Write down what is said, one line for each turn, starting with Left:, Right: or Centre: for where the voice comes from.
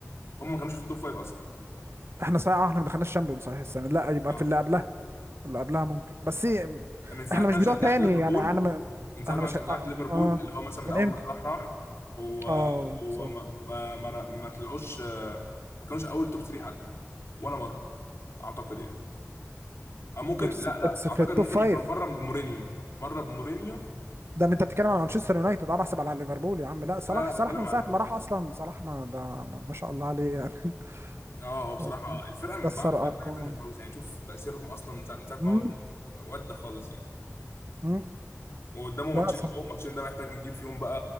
Left: هم ما كانوش في التوب فايف اصلا
Right: احنا صحيح آه، احنا ما دخلناش شامبيون صحيح السنه لا يبقى
Left: اه
Right: في اللي قبلها اللي قبلها ممكن بس إيه،
Left: من ساعه
Right: احنا
Left: ما
Right: مش
Left: أنا
Right: بتوع
Left: شجعت
Right: تاني
Left: ليفربول
Right: يعني انا ما
Left: من ساعه
Right: انا
Left: ما
Right: مش
Left: أنا شجعت
Right: اه, آه
Left: ليفربول
Right: آه،
Left: اللي هو مثلا من
Right: من
Left: اول
Right: امتى
Left: ما صلاح راح هو
Right: اه
Left: هو
Right: صح
Left: ما ما ما, ما طلعوش آه، ما كانوش اول توب 3 حتى ولا مره اعتقد يعني او ممكن
Right: توب
Left: لا
Right: س-
Left: لا
Right: بس في
Left: اعتقد
Right: التوب
Left: ممكن
Right: فايف
Left: كان بره بمورينيو مره بمورينيو
Right: ده ما انت بتتكلم على مانشستر يونايتد اه بحسب على ليفربول يا عم لا صلاح
Left: لا لا
Right: صلاح
Left: بتكلم
Right: من ساعه
Left: على ليفربول
Right: ما راح اصلا صلاح ما ده ما, ما شاء الله عليه يعني <laughs>
Left: اه هو بصراحه
Right: هو
Left: الفرقه من
Right: كسر
Left: بعده بقت
Right: ارقام
Left: حاجه تانيه خالص يعني شوف تاثيرهم اصلا من ساعه من ساعة
Right: امم
Left: ما هو جه. ودى خالص يعني
Right: امم
Left: وقدامه ماتشين
Right: لا صلاح
Left: هو ماتشين ده محتاج يجيب فيهم بقى